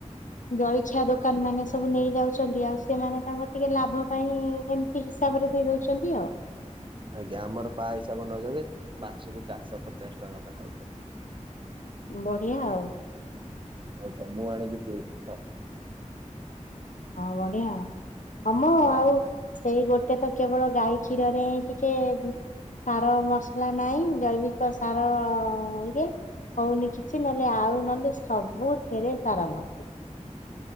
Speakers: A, on the left; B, on the right.
A: ଜଳିଖିଆ ଦୋକାନ ମାନେ ସବୁ ନେଇ ଯାଉଚନ୍ତି ଆଉ ସେମାନେ ତାଙ୍କ ଟିକେ ଲାଭ ପାଇଁ ଏମ କିହିସାବରେ ଦେଇ ଦଉଚନ୍ତି ଆଉ।
B: ଆଜ୍ଞା ଆମର ପା ହିସାବ ନଉଚନ୍ତି ମାସକୁ ଚାରିଶହ ପଚାଶ ଟଙ୍କା ଲେଖା ଖାଉଚନ୍ତି।
A: ବଢିଆ ଆଉ।
B: ଆଚ୍ଛା ମୁଁ ଆଣିକି ପିଇଉଚି ତ।
A: ହଁ ବଢିଆ ଆଉ ହମ
B: ହଁ
A: ଆଉ ସେଇ ଗୋଟେ ତ କେବଳ ଗାଈ କ୍ଷୀରରେ ହିଁ ଟିକେ ସାର ମସଲା ନାଇଁ ଜୈବିକ ସାର ଇଏ ହଉନି କିଛି ନହେଲେ ଆଉ ନହେଲେ ସବୁଥେରେ ସାର ମ